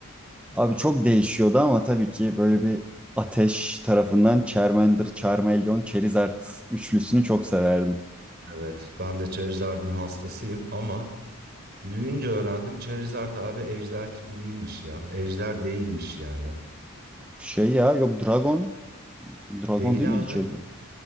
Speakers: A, in the centre; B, on the right.
A: Abi çok değişiyordu ama tabii ki böyle bir Ateş tarafından Charmander, Charmeleon, Charizard üçlüsünü çok severdim.
B: Evet, ben de Charizard'ın hastasıyım ama Büyünce öğrendim Charizard abi ejder tipi değilmiş ya. Ejder değilmiş yani.
A: Şey ya yok Dragon. Dragon
B: Değil
A: değil miydi
B: abi.
A: Charizard?